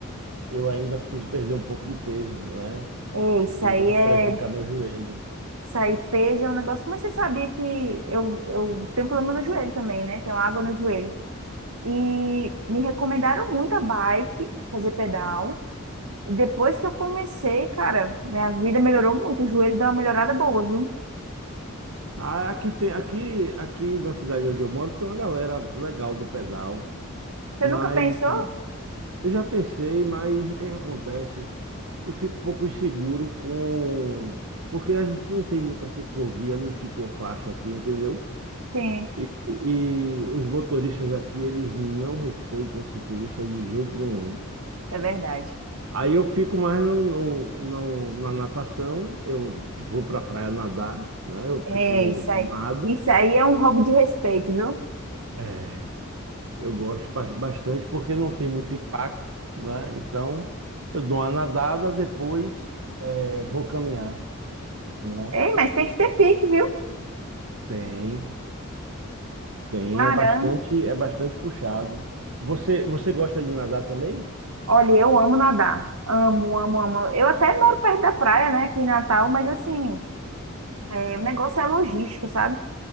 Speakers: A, on the right; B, on the right.
A: eu ainda preciso perder um pouco de peso, né?
B: Ei, isso
A: Senão
B: aí
A: eu vou
B: é,
A: prejudicar meu joelho.
B: isso aí peso é um negócio, mas você sabia que eu, eu tenho problema no joelho também, né? Tenho água no joelho. E me recomendaram muito a bike, fazer pedal. Depois que eu comecei, cara, minha vida melhorou muito. O joelho deu uma melhorada boa, viu?
A: Ah, aqui tem aqui aqui na cidade onde eu moro tem uma galera legal do pedal,
B: Você
A: mas
B: nunca pensou?
A: Eu já pensei, mas o que é que acontece? Eu fico um pouco inseguro com. Porque a gente não tem muita ciclovia nem ciclofaixa aqui, entendeu?
B: Sim,
A: E, e os motoristas aqui, eles não respeitam ciclista de jeito nenhum.
B: é verdade.
A: Aí eu fico mais no, no- no- na natação, eu vou pra praia nadar, né? Eu
B: É,
A: fico no,
B: isso aí.
A: no nado.
B: Isso aí é um roubo de respeito, viu?
A: É. Eu gosto bas- bastante porque não tem muito impacto, né? Então, eu dou uma nadada, depois eh, vou caminhar, né?
B: Ei, mas tem que ter pique, viu?
A: Tem, tem,
B: Caramba.
A: é bastante, é bastante puxado. Você, você gosta de nadar também?
B: Olha, eu amo nadar. Amo, amo, amo. Eu até moro perto da praia, né, aqui em Natal, mas assim, é, o negócio é logística, sabe?